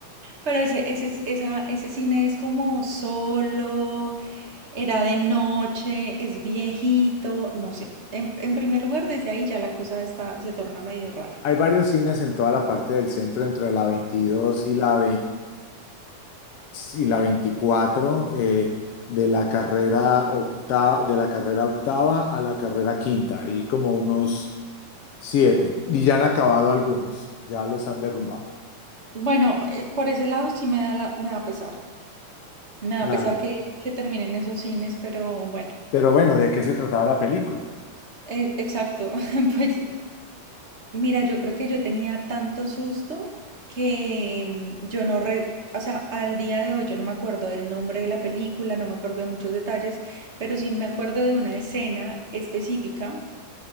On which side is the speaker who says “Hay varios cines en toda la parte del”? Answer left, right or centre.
Left